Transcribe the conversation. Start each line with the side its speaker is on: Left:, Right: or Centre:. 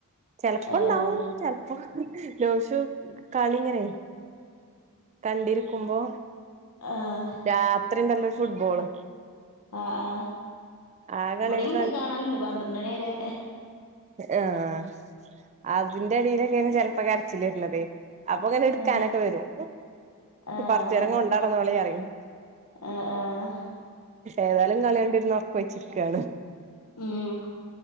Right: ചെലപ്പോ
Left: ആഹ്
Right: ഇണ്ടാവും ചെലപ്പോ നൗഷു കളി ഇങ്ങനെ. കണ്ടിരിക്കുമ്പോ
Left: ആഹ്
Right: രാത്രിയുണ്ടല്ലോ ഫുട്ബോള്
Left: ആഹ് ആഹ്
Right: ആ കളിയൊക്കെ
Left: ഇവിടെയിണ്ട് കാണലുണ്ട് പന്ത്രണ്ടണി വരെ
Right: ആ അതിന്റെടിയിലൊക്കെയാണ് ചെലപ്പോ കരച്ചിലുവരുന്നത് അപ്പൊ അങ്ങനെ എടുക്കാനൊക്കെ
Left: ആഹ്
Right: വരും
Left: ആഹ്
Right: കൊറച്ചേരാം കൊണ്ടാടന്നോളി പറയും
Left: ആഹ് ആഹ്
Right: ഏതായാലും കളിയണ്ടിരുന്ന് ഉറക്കൊയിച്ചിരിക്കയാണ്
Left: ഉം